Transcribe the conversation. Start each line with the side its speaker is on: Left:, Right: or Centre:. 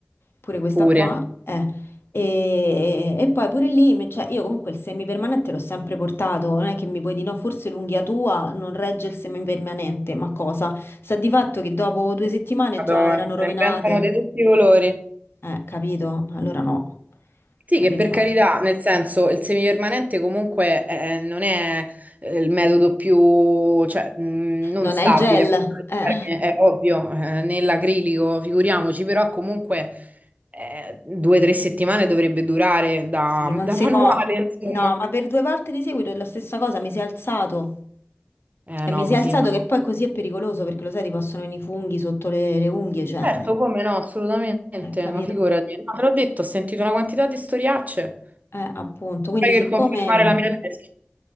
Left: pure questa
Right: Pure.
Left: qua, eh. E, e poi pure lì, me- cioè, io comunque il semipermanente l'ho sempre portato, non è che mi puoi dire no, forse l'unghia tua non regge il semipermanente, ma cosa? Sta di fatto che dopo due settimane
Right: Madonna,
Left: già erano
Right: se
Left: rovinate,
Right: ne inventano di tutti i colori.
Left: eh, capito? Allora no,
Right: Sì,
Left: quindi
Right: che per
Left: basta.
Right: carità, nel senso, il semipermanente comunque eh, non è eh, il metodo più, cioè, mh, non
Left: Non
Right: stabile,
Left: hai il gel, eh.
Right: è ovvio, eh, nell'acrilico, figuriamoci, però comunque eh, due o tre settimane dovrebbe durare da,
Left: Sì, non
Right: <laughs> da
Left: si
Right: manuale,
Left: può.
Right: insomma.
Left: No, ma per due volte di seguito è la stessa cosa, mi si è alzato.
Right: Eh
Left: Cioè,
Right: no,
Left: mi si
Right: così
Left: è alzato
Right: no.
Left: che poi così è pericoloso perché lo sai, ti possono venire i funghi sotto le, le unghie, cioè,
Right: Certo, come no, assolutamente,
Left: eh, capito?
Right: ma figurati. No, te l'ho detto, ho sentito una quantità di storiacce.
Left: Eh, appunto. Quindi,
Right: Fai che
Left: siccome...
Right: confermare la mia tesi.